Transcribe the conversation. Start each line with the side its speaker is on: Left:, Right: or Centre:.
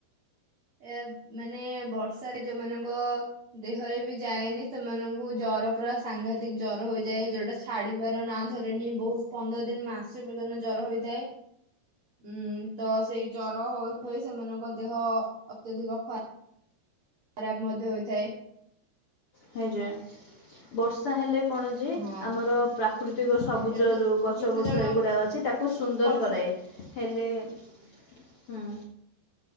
Right: ଏ ମାନେ ବର୍ଷାରେ ଯୋଉମାନଙ୍କ ଦେହରେ ବି ଯାଏନି ସେମାନଙ୍କୁ ଜ ଜର ପୁରା ସାଂଘାତିକ ଜର ହୋଇଯାଏ ଯୋଉଟା ଛାଡିବାର ନା ଧରେନି ବହୁତ ପନ୍ଦର ଦିନ ମାସେ ଯଉ ଦିନ ଜର ହୋଇଥାଏ ଉଁ ତ ସେଇ ଜର ହୋ ହୋଇ ସେମାନଙ୍କ ଦେହ ଅତ୍ୟଧିକ ଖ ଖରାପ ମଧ୍ୟ ହୋଇଥାଏ।
Left: ହଇଜା। ବର୍ଷା ହେଲେ କଣ ଯେ
Right: ହଁ
Left: ଆମର ପ୍ରାକୃତିକ ସବୁଜ
Right: କେତେ
Left: ଯୋଉ ଗଛ
Right: କେତେ
Left: ପଛ
Right: ଜଣ
Left: ଏଗୁଡ଼ାକ ଅଛି ତାକୁ ସୁନ୍ଦର
Right: ବର୍ଷା
Left: କରାଏ ହେଲେ ହୁଁ।